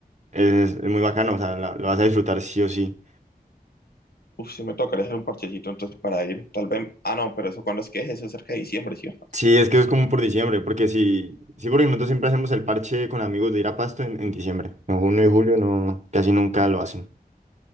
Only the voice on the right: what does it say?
es, es muy bacano, o sea, la- lo vas a disfrutar sí o sí.
Sí, es que eso es como por diciembre, porque si, sí, porque nosotros siempre hacemos el parche con amigos de ir a Pasto en, en diciembre. En junio y julio no, casi nunca lo hacen.